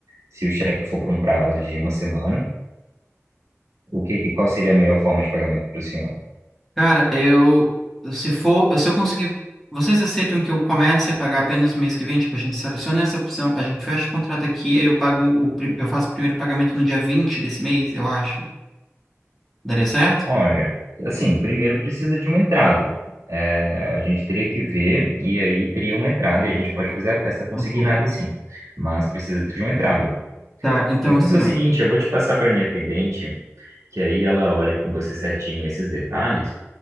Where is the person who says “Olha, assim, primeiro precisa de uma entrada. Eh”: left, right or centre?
Right